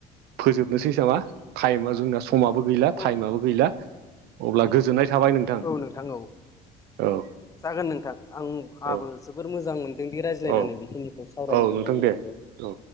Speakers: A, on the right; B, on the left.
A: फोजोबनोसैसामा टाइमा जोंना समाबो गैला
B: औ
A: टाइमआबो गैला अब्ला गोजोननाय थाबाय नों
B: औ नोंथां औ
A: औ
B: जागोन नोंथां आंहाबो
A: औ
B: जोबोर मोजां मोनदोंदि रायज्लायनानै
A: औ
B: बेखिनिखौ सावरायनो
A: औ
B: मोनबाय
A: नोंथां
B: नोंथांदों।
A: दे औ